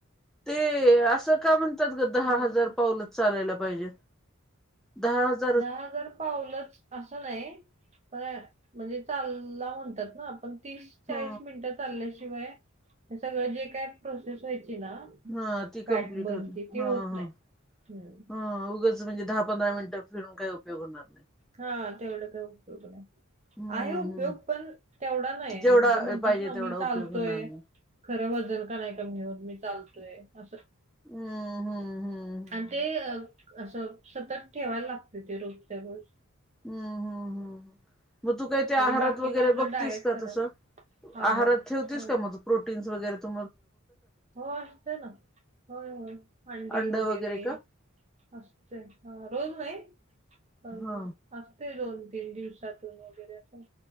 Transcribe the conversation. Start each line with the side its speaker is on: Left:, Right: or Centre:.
Centre: ते असं का म्हणतात ग दहा
Right: बरोबर
Centre: हजार पावलं चालायला पाहिजे. दहा हजार
Right: दहा हजार पावलंच असं नाही पण म्हणजे चालला म्हणतात ना आपण तीस चाळीस
Centre: ह
Right: मिनट. चालल्याशिवाय हे सगळं जे काय प्रोसेस व्हायची ना.
Centre: हा ती
Right: फॅट
Centre: कम्प्लीट
Right: बर्नची
Centre: होती,
Right: ती
Centre: हा
Right: होत
Centre: हा
Right: नाही हम्म.
Centre: हा उगच. म्हणजे दहा पंधरा मिनटं फिरून काही उपयोग होणार नाही.
Right: हा तेवढं काही उपयोग नाही.
Centre: हम्म
Right: आहे उपयोग
Centre: हम्म
Right: पण तेवढा नाही
Centre: जेवढा
Right: म्हणजे म्हणतात
Centre: पाहिजे
Right: ना
Centre: तेवढा
Right: मी चालतोय.
Centre: उपयोग होणार नाही
Right: खरं वजन का कमी होत नाही मी चालतोय असं!
Centre: हम्म हम्म हम्म हम्म
Right: आणि ते असं सतत ठेवायला लागते ते रोजच्यारोज.
Centre: हम्म हम्म हम्मम, मग तू काही ते
Right: आणि
Centre: आहारात
Right: बाकीने
Centre: वगैरे
Right: आपलं
Centre: बघतीस
Right: डाएट
Centre: का
Right: करायला
Centre: तसं?
Right: आहार
Centre: आहारात ठेवतीस
Right: होय
Centre: का मग तू प्रोटीन्स वगैरे तु
Right: हो असत ना होय होय अंडी
Centre: अंड
Right: वगैरे
Centre: का
Right: असते, हा रोज नाही
Centre: ह
Right: असते दोन तीन दिवसातून वगैरे असं.